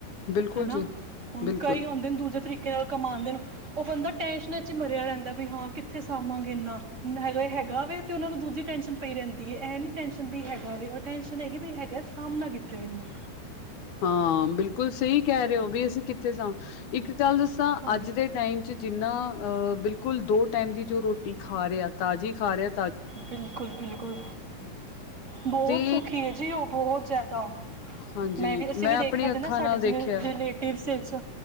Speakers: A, on the left; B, on the right.
A: ਬਿਲਕੁਲ
B: ਹੈਨਾ
A: ਜੀ
B: ਹੁਨ
A: ਬਿਲਕੁਲ
B: ਕਈ ਹੁੰਦੇ ਨੇ ਦੂਜੇ ਤਰੀ ਕੇ ਨਾਲ ਕਮਾੰਦੇ ਨੂੰ ਓਹ ਬੰਦਾ ਟੈਂਨਸ਼ਨਾਂ ਚ ਈ ਮਰਿਆ ਰਹਿੰਦਾ ਹੁਨਦਾ ਵੀ ਹਾਂ ਕਿੱਥੇ ਸਾੰਮਾ ਗੇ ਇੰਨਾ ਹੈਗ ਹੈਗਾ ਵੇ ਤੇ ਓਹਨਾਂ ਨੂੰ ਦੂਜੀ ਟੈਂਸ਼ਨ ਪਈ ਰਹਿੰਦੀ ਏ ਇਹ ਨੀ ਟੈਸ਼ਨ ਵੀ ਹੈਗਾ ਵੇ ਓਹ ਟੈਸ਼ਨ ਹੈਗੀ ਬੀ ਹੈਗਾ ਸਾਮਬਨਾ ਕਿੱਥੇ ਵੈ ਇਹਨੂੰ
A: ਹਾਂ ਬਿਲਕੁਲ ਸਹੀ ਕਹਿ ਰਹੇ ਔ ਵੀ ਅਸੀਂ ਕਿੱਥੇ ਸਾ ਇੱਕ ਗੱਲ ਦੱਸਾਂ
B: ਹਾਂ
A: ਅੱਜ ਦੇ ਟਾਈਮ ਚ ਜਿੰਨਾ ਅਹ ਬਿਲਕੁਲ ਦੋ ਟਾਈਮ ਦੀ ਜੋ ਰੋਟੀ ਖਾ ਰਿਆ ਤਾਜ਼ੀ ਖਾ ਰਿਆ
B: ਬਿਲਕੁਲ ਬਿਲਕੁਲ ਬਹੁਤ
A: ਤੇ
B: ਸੂਖੀ ਏ ਜੀ ਓਹ ਬਹੁਤ ਜ਼ਿਆਦਾ
A: ਹਾਂਜੀ
B: ਮੈਂ ਵੀ ਅਸੀਂ ਵੀ ਦੇਖਿਆ
A: ਆਪਣੀ
B: ਜੇ
A: ਅੱਖਾਂ
B: ਨਾ ਸਾਡੇ
A: ਨਾਲ
B: ਜੋ
A: ਦੇਖਿਆ
B: ਰੀਲੇ ਰਿਲੇਟਿਵਸ ਵਿੱਚ